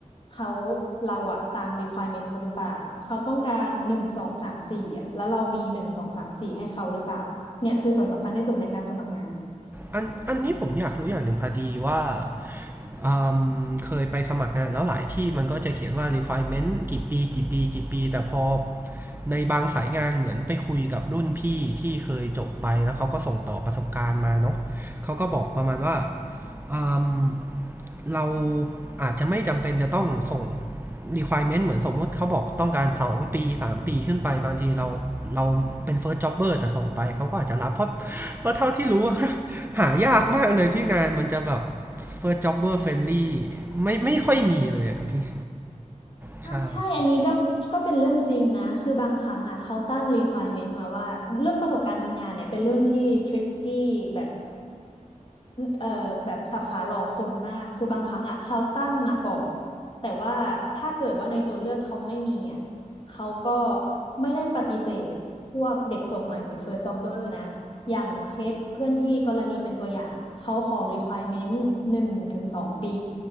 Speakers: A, on the left; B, on the right.
A: เขาเราอะตาม requirement เขาหรือเปล่าเขาต้องการหนึ่งสองสามสี่อะแล้วเรามีหนึ่งสองสามสี่ให้เขาหรือเปล่า เนี่ยคือส่วนสำคัญที่สุดในการสมัครงาน
B: อันอันนี้ผมอยากรู้อย่างหนึ่งพอดีว่าอืมเคยไปสมัครงานแล้วหลายที่มันก็จะเขียนว่า requirement กี่ปีกี่ปีกี่ปีแต่พอ ในบางสายงานเหมือนไปคุยกับรุ่นพี่ที่เคยจบไปแล้วเขาก็ส่งต่อประสบการณ์มาเนาะเขาก็บอกประมาณว่าอมเราอาจจะไม่จำเป็นจะต้องส่ง requirement เหมือนสมมติเขาบอกต้องการ2ปี3ปีขึ้นไปบางทีเราเราเป็น first jobber แต่ส่งไปเขาก็อาจจะรับเพราะเพราะเท่าที่รู้ <laughs> หายากมากเลยที่งานมันจะแบบ first jobber friendly ไม่ไม่ค่อยมีเลยครับพี่ใช่
A: อ่ะใช่อันนี้ก็ก็เป็นเรื่องจริงนะคือบางครั้งอ่ะเขาตั้ง requirement มาว่าเรื่องประสบการณ์ทำงานเนี่ยเป็นเรื่องที่ tricky แบบ เอ่อแบบสับขาหลอกคนมาก คือบางครั้งอ่ะเขาตั้งมาก่อน แต่ว่าถ้าเกิดว่าในตัวเลือกเขาไม่มีอ่ะเขาก็ไม่ได้ปฏิเสธพวกเด็กจบใหม่หรือ first jobber นะ อย่างเคสเพื่อนพี่กรณีเป็นตัวอย่างอะเขาขอ requirement หนึ่งถึงสองปี